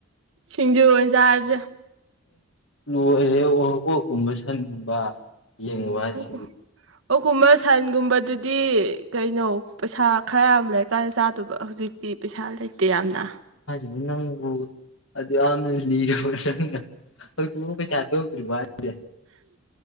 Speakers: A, on the right; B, on the left.
A: ꯁꯤꯡꯖꯨ ꯑꯣꯏꯅꯟꯖꯥ ꯍꯥꯏꯔꯁꯦ
B: ꯂꯣꯏꯔꯦ ꯑꯔꯣꯏꯕꯥ ꯀ ꯀꯣꯛꯀꯨꯝꯕ ꯁꯟꯒꯨꯝꯕ ꯌꯦꯡꯉꯨꯕ ꯍꯥꯏꯁꯦ
A: ꯑꯣ ꯑꯣꯀꯨꯃ ꯁ ꯨꯝꯕꯗꯨꯗꯤ ꯀꯩꯅꯣ ꯄꯩꯁꯥ ꯈꯔ ꯌꯥꯝ ꯂꯩꯔꯀꯥꯟꯗ ꯆꯥꯗꯕ ꯍꯧꯖꯤꯛꯇꯤ ꯄꯩꯁꯥ ꯂꯩꯇ ꯇꯤ ꯌꯥꯝꯅ
B: ꯪ ꯑꯗꯨꯗꯤ ꯌꯥꯝ ꯍꯧ ꯇꯨ ꯄꯗ ꯀꯔꯤꯕꯥ